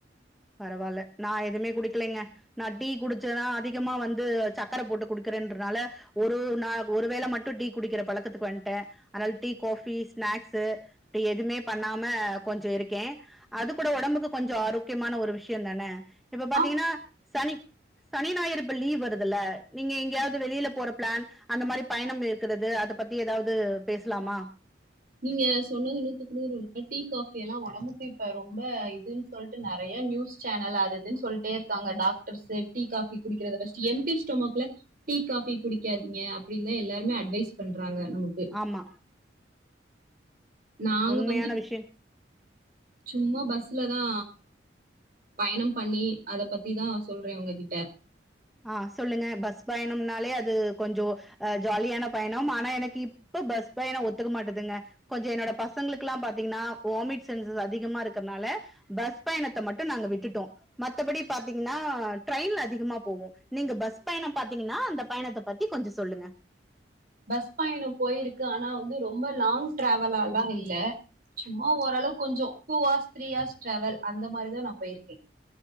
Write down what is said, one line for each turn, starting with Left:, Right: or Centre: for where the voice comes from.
Centre: பரவால்ல நா எதுமே குடிக்கலைங்க நா டீ குடிச்சுதா அதிகமா வந்து சக்கர போட்டு குடுக்குறேன்றனால ஒரு நா ஒரு வேள மட்டு டீ குடிக்கிற பழக்கத்துக்கு வந்ட்டே அதாது டீ காஃபி ஸ்நாக்ஸ் ஸு இப்டி எதுமே பண்ணாம கொஞ்சோ இருக்கே அது கூட ஒடம்புக்கு கொஞ்சோ ஆரோ க்கியமான ஒரு விஷ்யோ தானே இப்ப பாத்தீங்கன்னா
Right: ஆ
Centre: சனி சனி ஞாயறு இப்ப லீவ் வருதுல்ல நீங்க எங்கேயாது வெளில போற ப்ளான் அந்த மாரி பயணம் இருக்குறது அத பத்தி ஏதாவது பேச்லாமா
Right: நீங்க சொன்னது நூத்துக்கு நூறு உண்ம டீ காஃபி எல்லா ஒடம்புக்கு இப்ப ரொம்ப இதுன்னு சொல்ட்டு நெறைய நியூஸ் சேனல் அது இதுன்னு சொல்ட்டே இருக்காங்க டாக்டர்ஸ்ஸு டீ காஃபி குடிக்றத ஃபஸ்ட்டு எம் டி ஸ்டொமக்ல டீ காஃபி குடிக்காதிங்க அப்டின்தா எல்லாருமே அட்வைஸ் பண்றாங்க நமக்கு
Centre: ஆமா
Right: நாங்க
Centre: உண்மையான
Right: வந்து
Centre: விஷ்யோ
Right: சும்மா பஸ்ல தா பயணம் பண்ணி அத பத்திதா சொல்றே உங்ககிட்ட
Centre: ஆ சொல்லுங்க பஸ் பயணம்னாலே அது கொஞ்சோ ஆ ஜாலியான பயணம் ஆனா எனக்கு இப்ப பஸ் பயணோ ஒத்துக்க மாட்டதுங்க கொஞ்சோ என்னோட பசங்களுக்குல்லா பாத்தீங்கன்னா வாமிட் சென்சஸ் அதிகமா இருக்குறனால பஸ் பயணத்த மட்டு நாங்க விட்டுட்டோ மத்தபடி பாத்தீங்கன்னா ட்ரெயின்ல அதிகமா போவோ நீங்க பஸ் பயணம் பாத்தீங்கன்னா அந்த பயணத்த பத்தி கொஞ்சோ சொல்லுங்க
Right: பஸ் பயணம் போயிருக்கே ஆனா வந்து ரொம்ப லாங் ட்ராவலால்லா இல்ல சும்மா ஓரளவு கொஞ்சோ two hours three hours travel அந்த மாரிதா நா போய்ருக்கே